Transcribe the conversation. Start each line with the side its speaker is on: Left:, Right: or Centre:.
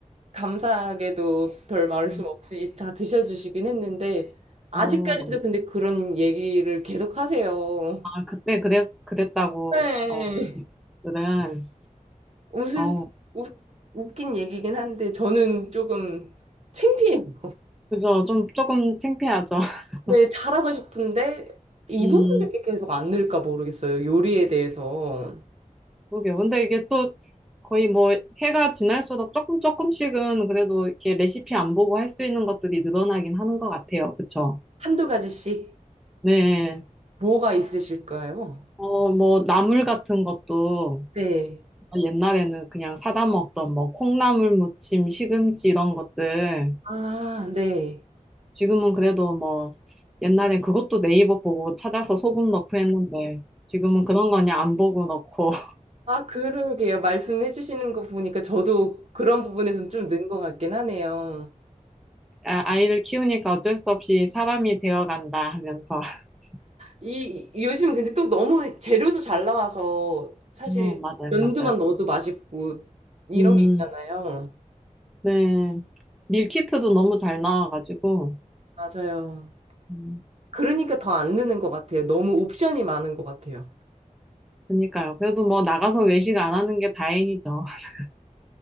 Right: 감사하게도 별 말씀
Centre: 음,
Right: 없이 다 드셔주시긴 했는데, 아직까지도
Centre: 어, 너무-
Right: 근데 그런 얘기를 계속 하세요.
Centre: 아, 그때 그랬, 그랬다고,
Right: 네.
Centre: 어, 음, 들은,
Right: 웃을,
Centre: 어,
Right: 웃, 웃긴 얘기긴 한데, 저는 조금 창피해요.
Centre: 그래서 좀 조금 창피하죠. <laughs>
Right: 네, 잘하고 싶은데, 이
Centre: 음,
Right: 부분이 계속 안 늘까 모르겠어요. 요리에 대해서.
Centre: 그러게요. 근데 이게 또 거의 뭐 해가 지날수록 조금 조금씩은 그래도 이렇게 레시피 안 보고 할 수 있는 것들이 늘어나긴 하는 것 같아요. 그쵸?
Right: 한두 가지씩
Centre: 네.
Right: 뭐가 있으실까요?
Centre: 어, 뭐 나물 같은 것도
Right: 네.
Centre: 옛날에는 그냥 사다 먹던 뭐 콩나물 무침, 시금치 이런 것들
Right: 아, 네.
Centre: 지금은 그래도 뭐 옛날엔 그것도 네이버 보고 찾아서 소금 넣고 했는데 지금은 그런 거냐 안 보고 넣고
Right: 아, 그러게요. 말씀해 주시는 거 보니까 저도 그런 부분에서는 좀 는 것 같긴 하네요.
Centre: 아, 아이를 키우니까 어쩔 수 없이 사람이 되어간다 하면서. <laughs>
Right: 이 요즘 근데 또 너무 재료도 잘 나와서 사실
Centre: 어, 맞아요,
Right: 연두만
Centre: 맞아요.
Right: 넣어도 맛있고 이런
Centre: 음,
Right: 게 있잖아요.
Centre: 네. 밀키트도 너무 잘 나와가지고.
Right: 맞아요.
Centre: 음,
Right: 그러니까 더 안 느는 것 같아요. 너무 옵션이 많은 것 같아요.
Centre: 그니까요. 그래도 뭐 나가서 외식 안 하는 게 다행이죠. <laughs>